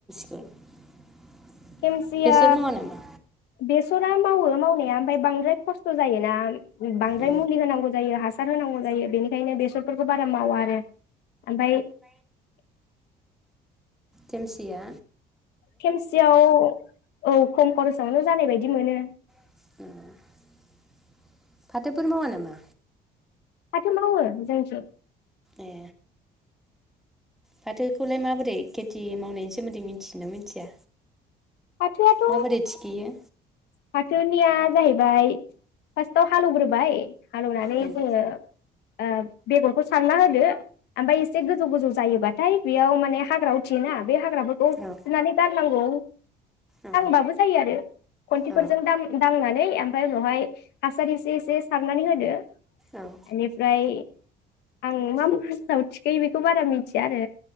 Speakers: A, in the centre; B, on the left.
A: <inaudible>
B: खेमसिया
A: बेसर मावा नामा
B: बेसरा मावो मावनाया ओमफ्राय बांद्राय खस्थ' जायोना बांद्राय
A: औ
B: मुलि होनांगौ जायो हा हार होनांगौ जायो बेनिखायनो बेसरफोरखौ बारा मावा आरो। ओमफ्राय
A: जेमसिया।
B: खेमसियाव औ। खरसयावनो जानाय बायदि मोनो।
A: <inaudible> फाथोफोर मावा नामा?
B: फाथो मावो जोंनिथिं।
A: ए फाथोखौलाय माबोरै खेथि मावनायनि सोमोन्दै मिथियो ना मिथिया।
B: फाथोआथ''
A: माबोरै थिखोयो
B: फाथोनिया जाहैबाय फार्स्टआव हालौवग्रोबाय। हालौनानै
A: उम
B: जोङो ओ बेगरखौ सारना होदो ओमफ्राय एसे गोजौ गोजौ जायोबाथाय बेयाव माने हाग्रा उथियोना बे हाग्राफोरखौ
A: औ
B: फुनानै गारनांगौ
A: औ
B: बाबो जायो आरो। खुन्थिफोरजों
A: औ
B: दाम दांनानै ओमफ्राय उनावहाय हासार इसे इसे सारनानै होदो
A: औ
B: इनिफ्राय आं मा <unintelligible> खौ बारा मिथिया आरो